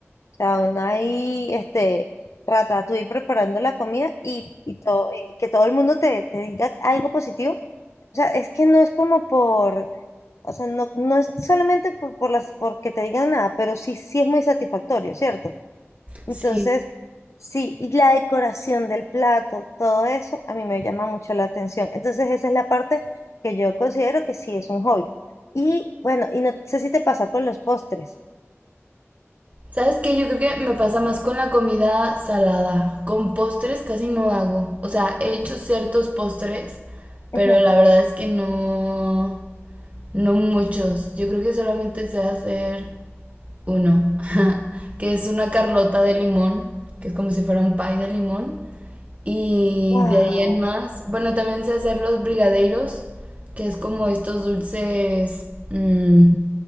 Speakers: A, on the left (about 80°); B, on the right (about 30°).
A: O sea, uno ahí, este, ratatouille preparando la comida y, y, todo, y que todo el mundo te, te diga algo positivo. O sea, es que no es como por, o sea, no, no es solamente por, por las, porque te digan nada, pero sí, sí es muy satisfactorio, ¿cierto? Entonces,
B: Sí.
A: sí, y la decoración del plato, todo eso, a mí me llama mucho la atención. Entonces, esa es la parte que yo considero que sí es un hobby. Y bueno, y no sé si te pasa con los postres.
B: ¿Sabes qué? Yo creo que me pasa más con la comida salada. Con postres casi no hago. O sea, he hecho ciertos postres, pero
A: Ujú.
B: la verdad es que no, no muchos. Yo creo que solamente sé hacer uno, <laughs> que es una carlota de limón, que es como si fuera un pie de limón. Y
A: Wow,
B: de ahí en más, bueno, también sé hacer los brigadeiros, que es como estos dulces mm,